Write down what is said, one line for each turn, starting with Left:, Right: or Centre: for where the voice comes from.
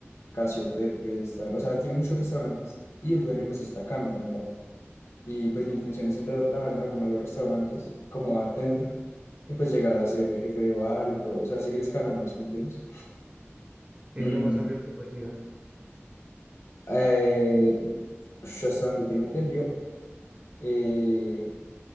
Left: Casio Pepe, está, o sea, tiene muchos restaurantes y el dueño pues está Cami como tal. Y pues mi intención es entrar
Right: que
Left: a trabajar en alguno de los restaurantes como bartender y pues llegar a ser el jefe de bar y todo, o sea, seguir escalando, ¿sí me entiendes?
Right: es
Left: Mm,
Right: lo más arriba que puede llegar.
Left: eh, ush, hasta donde tengo entendido, eh,